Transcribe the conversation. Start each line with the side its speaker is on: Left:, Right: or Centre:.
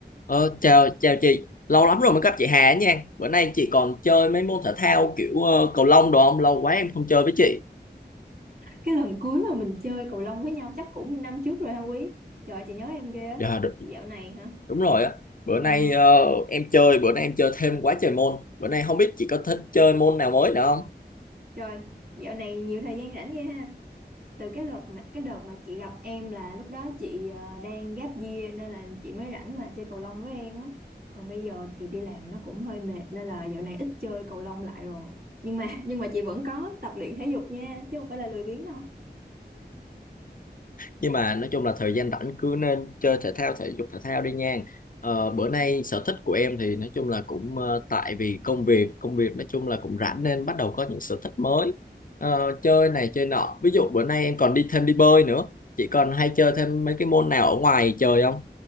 Left: Ờ, chào chào chị lâu lắm rồi mới gặp chị Hà nha bữa nay chị còn chơi mấy môn thể thao kiểu ờ, cầu lông đồ không lâu quá em không chơi với chị
Right: cái lần cuối mà mình chơi cầu lông với nhau chắc cũng năm trước rồi ha Quý trời ơi, chị nhớ em ghê á
Left: dạ, đúng,
Right: dạo này hả
Left: đúng rồi á bữa
Right: ờ,
Left: nay ờ, em chơi bữa nay em chơi thêm quá trời môn bữa nay không biết chị có thích chơi môn nào mới nữa không
Right: trời dạo này nhiều thời gian rảnh ghê ha từ cái đợt mà cái đợt mà chị gặp em là lúc đó chị ờ, đang gap year nên là chị mới rảnh mà chơi cầu lông với em á còn bây giờ thì đi làm nó cũng hơi mệt nên là dạo này ít chơi cầu lông lại rồi nhưng mà nhưng mà chị vẫn có tập luyện thể dục nha chứ không phải là lười biếng đâu
Left: nhưng mà nói chung là thời gian rảnh cứ nên chơi thể thao thể dục thể thao đi nha ờ, bữa nay sở thích của em thì nói chung là cũng ờ, tại vì công việc công việc nói chung là cũng rảnh nên bắt đầu có những sở thích mới Ờ, chơi này chơi nọ ví dụ bữa nay em còn đi thêm đi bơi nữa chị còn hay chơi thêm mấy cái môn nào ở ngoài trời không